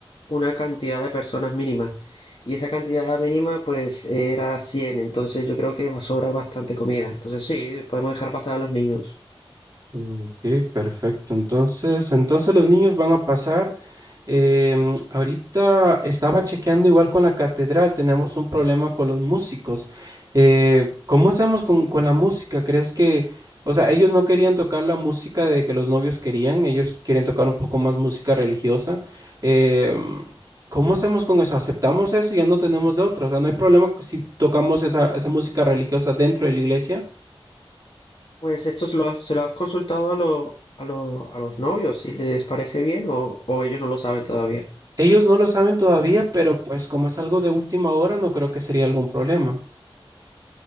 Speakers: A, on the left (about 80°); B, on the right (about 40°).
A: una cantidad de personas mínima y esa cantidad mínima, pues, era 100. Entonces yo creo que va a sobrar bastante comida. Entonces sí, podemos dejar pasar a los niños.
B: Ok, perfecto. Entonces, entonces los niños van a pasar. Em, ahorita estaba chequeando igual con la catedral, tenemos un problema con los músicos. Eh, ¿cómo hacemos con, con la música? ¿Crees que, o sea, ellos no querían tocar la música de que los novios querían, ellos quieren tocar un poco más música religiosa? Em, ¿cómo hacemos con eso? ¿Aceptamos eso y ya no tenemos de otra? O sea, no hay problema si tocamos esa, esa música religiosa dentro de la iglesia.
A: Pues esto se lo, has- se lo has consultado a, lo- a, lo- a los novios, si les parece bien o, o ellos no lo saben todavía.
B: Ellos no lo saben todavía, pero pues como es algo de última hora, no creo que sería algún problema.